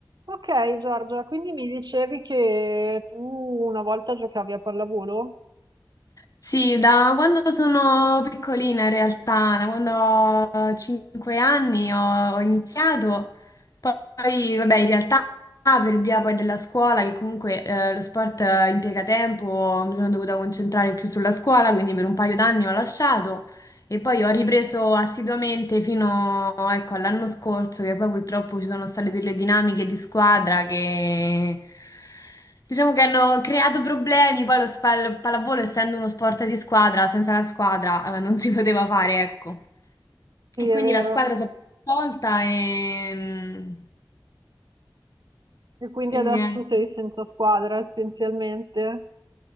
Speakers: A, on the right (about 65°); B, on the left (about 45°).
A: Ok, Giorgia, quindi mi dicevi che tu una volta giocavi a pallavolo?
B: Sì, da quando sono piccolina in realtà, da quando ho 5 anni ho, ho iniziato, poi vabbè in realtà per via poi della scuola, che comunque eh, lo sport eh, impiega tempo, mi sono dovuta concentrare più sulla scuola, quindi per un paio d'anni ho lasciato, e poi ho ripreso assiduamente fino, ecco, all'anno scorso, che poi purtroppo ci sono state delle dinamiche di squadra che diciamo che hanno creato problemi. Poi lo spa- il pallavolo, essendo uno sport di squadra, senza la squadra, eh, non si <laughs> poteva fare, ecco.
A: Sì,
B: E
A: è
B: quindi
A: vero.
B: la squadra si è tolta e, mm,
A: E quindi
B: e
A: adesso
B: niente.
A: sei senza squadra essenzialmente?